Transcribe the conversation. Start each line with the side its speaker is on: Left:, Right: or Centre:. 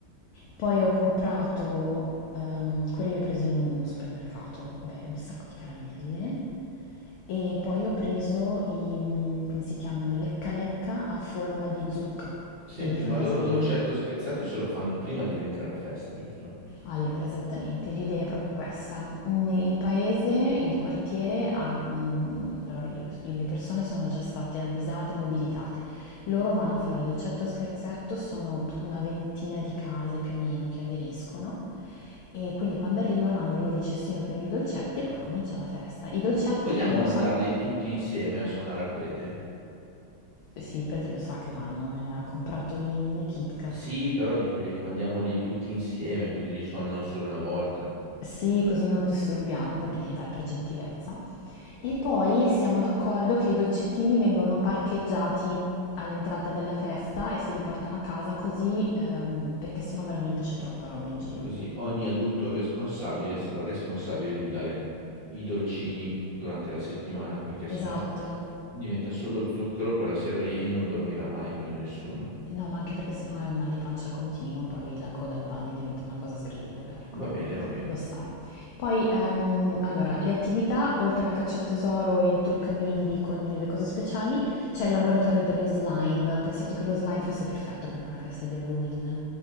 Left: Poi ho comprato, ehm, quelle le ho prese in un in un supermercato, vabbè, un sacco di caramelle e poi ho preso i, mm, come si chiamano, i lecca lecca a forma di zucca
Right: Senti,
Left: e di fantasmino.
Right: ma loro dolcetto o scherzetto se lo fanno prima di venire alla festa, giusto?
Left: Allora, esattamente, l'idea è proprio questa. Mm, Il paese, il quartiere ha, mm, allora, le persone sono già state avvisate, mobilitate. Loro vanno a fare dolcetto scherzetto, sono una ventina di case più o meno che aderiscono e quindi quando arrivano hanno il loro cestino pieno di dolcetti e poi comincia la festa. I dolcetti
Right: Vogliamo
Left: loro
Right: mandarli
Left: sanno,
Right: tutti insieme a suonare al prete?
Left: sì, perché lo sa che vanno, eh, ha comprato i mini Kit Kat
Right: Sì, però dico, glieli mandiamo lì tutti insieme, così li suonano solo una volta.
Left: Sì, così non lo disturbiamo, va bene, dai, per gentilezza. E poi siamo d'accordo che i dolcettini vengono parcheggiati all'entrata della festa e se li portano a casa così, ehm, perché sennò veramente c'è troppa roba in giro.
Right: Così ogni adulto responsabile sarà responsabile di dare i dolcini durante la settimana, perché sennò
Left: Esatto.
Right: diventa solo zucchero quella sera lì e non dormirà mai più nessuno.
Left: No, ma anche perché sennò hai un mal di pancia continuo, poi la coda al bagno diventa una cosa sgradevole, ecco,
Right: Va bene, va bene.
Left: lo sai. Poi, ehm, allora, le attività, oltre alla caccia al tesoro, il trucca bimbi con le cose speciali, c'è il laboratorio dello slime. Ho pensato che lo slime fosse perfetto per una festa di Halloween.